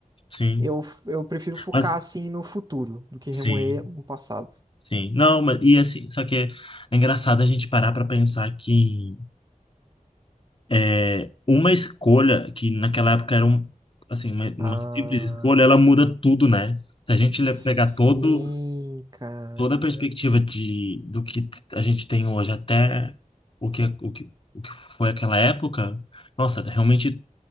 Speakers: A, on the left; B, on the right.
A: Sim.
B: Eu, eu prefiro focar
A: Mas.
B: assim no futuro do que
A: Sim,
B: remoer o passado.
A: sim. Não, mas. E assim, só que é, é engraçado a gente parar para pensar que é, uma escolha que naquela época era um. Assim, uma, uma
B: Ah,
A: simples escolha, ela muda tudo, né? Se a gente le-
B: sim,
A: pegar todo
B: cara.
A: toda a perspectiva de, do que a gente tem hoje até o que, é, o que, o que foi aquela época, nossa, realmente